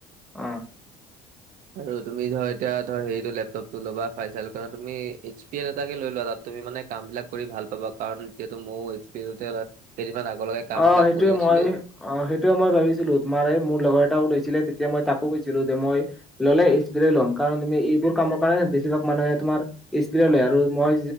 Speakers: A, in the centre; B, on the right.
A: অ।
B: আৰু তুমি ধৰা এতিয়া ধ হেৰিটো লেপটপটো লবা ফাইভ <unintelligible> চাইে তুমি এইচ পি এল এটাকে লৈ লোৱা, তাত তুমি মানে কাম বিলাক কৰি ভাল পাবা কাৰণ, যিহেতু মৌ এইচ পি কেইদিনমান আগৰ লগে
A: অ
B: কাম বিলাক
A: সেইটোয়ে
B: কৰি আছিলো
A: মই অ সেইটোৱে মই ভাবিছিলো তোমাৰ এই মোৰ লগৰ এটাও লৈছিলে তেতিয়া মই তাকো কৈছিলো, যে মই ল'লে স্পিৰে ল'ম, ‌কাৰণ তুমি এইবোৰ কামৰ কাৰণে বেছিভাগ মানুহে তোমাৰ এইচ পিয়ে লয়, আৰু মই